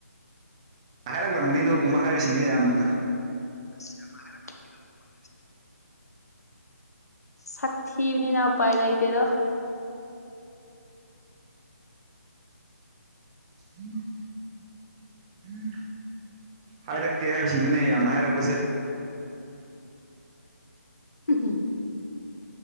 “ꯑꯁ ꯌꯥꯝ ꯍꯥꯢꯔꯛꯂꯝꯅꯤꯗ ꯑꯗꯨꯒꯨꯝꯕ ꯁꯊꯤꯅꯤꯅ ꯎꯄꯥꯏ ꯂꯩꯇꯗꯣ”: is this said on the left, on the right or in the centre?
Left